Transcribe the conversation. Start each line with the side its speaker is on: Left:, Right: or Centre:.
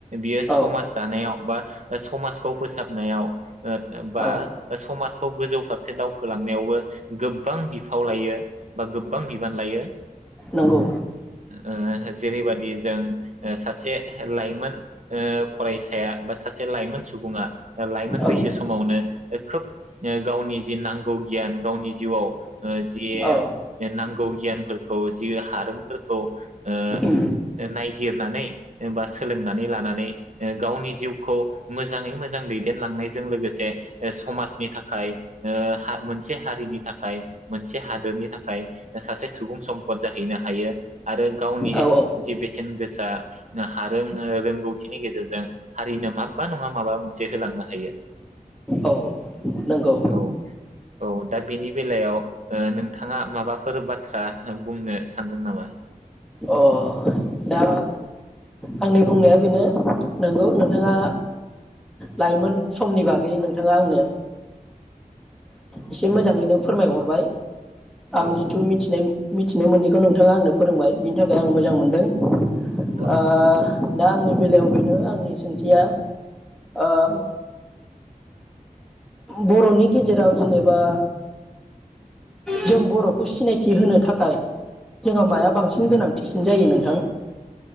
Right: बियो
Centre: औ
Right: समाज दानायाव बा ओ समाजखौ फोस साबनायाव बा
Centre: औ
Right: समाजखौ गोजौ फारसे से दावखोलांनायावबो गो बां बिफाव लायो बा गोबां बिबान लायो
Centre: नंगौ
Right: ओ जेरैबादि जों ओ सासे लाइमोन ओ फरायसाया बा सासे लाइमोन सुबुङा लाइमोन
Centre: औ
Right: बैसो समावनो खोब गावनि जि नांगौ गियान गावनि जिउआव ओ जि
Centre: औ
Right: ओ नांगौ गियानफोर खौ जि हारोमफोरखौ ओ ओ
Centre: उम
Right: नाय गिरनानै बा सोलोंनानै लानानै ओ गावनि जिउखौ मोजाङै मोजां दैदेनलांनाय जों लोगोसे ओ समाजनि थाखाय ओ हा मोनसे हारिनि थाखाय मोनसे हादोरनि थाखाय सासे सुबुं सम्पद जाहैनो हायो। आरो गावनि
Centre: औ औ
Right: जि बेसेन गोसा सा हारों रोंगौथिनि गेजेरजों हारिनो माबबा नङा माबा मोनसे होलांनो हायो।
Centre: औ नंगौ
Right: औ औ दा बेनि बेलायाव ओ नोंथाङा माबाफोर बाथ्रा बुंनो सानदों नामा?
Centre: अ दा आंनि बुंनाया बेनो नंगौ नोंथाङा
Right: औ
Centre: लाइमोन समनि बागै नोंथाङा आंनो एसे मोजाङैनो फोरमायहरबाय आं
Right: औ
Centre: जिथु मिथिनाय मिथिनो मोनैखौ नोंथाङा आंनो फोरोंबाय बिनि थाखाय आं मोजां मोनदों
Right: औ
Centre: आ दा आंनि बेलायाव बेनो आंनि सोंथिया ओ
Right: औ
Centre: बर'नि गेजेराव जेनेबा जों बर'खौ सिनायथि होनो थाखाय जोंहा माया
Right: औ
Centre: बां
Right: औ
Centre: थिसिन जायो नोंथां